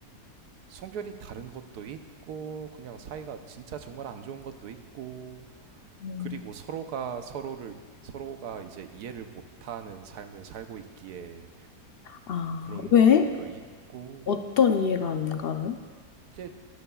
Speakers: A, on the right; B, on the left.
A: 성별이 다른 것도 있고 그냥 사이가 진짜 정말 안 좋은 것도 있고
B: 음.
A: 그리고 서로가 서로를 서로가 이제 이해를 못하는 삶을 살고 있기에
B: 아,
A: 그런
B: 왜?
A: 것도 있고
B: 어떤 이해가 안 가는?
A: 이제